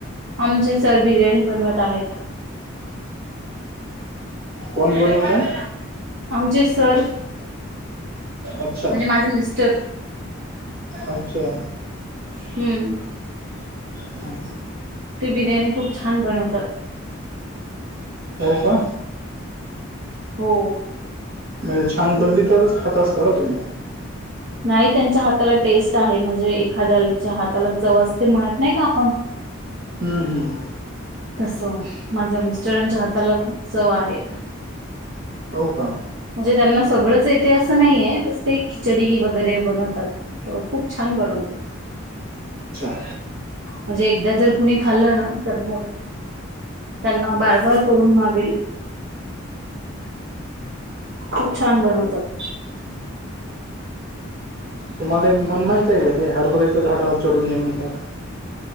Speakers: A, on the right; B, on the right.
A: आमचे सर बिर्याणी बनवत आहेत
B: कोण बनवतय?
A: आमचे सर,
B: अच्छा
A: म्हणजे माझे मिस्टर
B: अच्छा!
A: हम्म
B: हं.
A: ते बिर्याणी खूप छान बनवतात
B: हो का?
A: हो
B: हम्, छान
A: हो
B: बनली तरच खात असताल ना तुम्ही?
A: नाही त्यांच्या हाताला टेस्ट आहे. म्हणजे एखाद्याच्या हाताला चव असते म्हणत नाही का आपण? <inaudible>
B: हम्म हम्
A: तसं माझ्या मिस्टरांच्या हाताला खूप चव आहे.
B: हो का?
A: म्हणजे त्यांना सगळंच येते असं नाहीये बस ते खिचडी वगैरे बनवतात. हो खूप छान बनवतात
B: अच्छा
A: म्हणजे एकदा जर कुणी खाल्लं ना तर मग त्यांना बारबार करून मागेल खूप छान बनवतात
B: तुम्हाला एक म्हन माहितय का? ते हरबराच्या झाडावर चढू नये म्हणतात.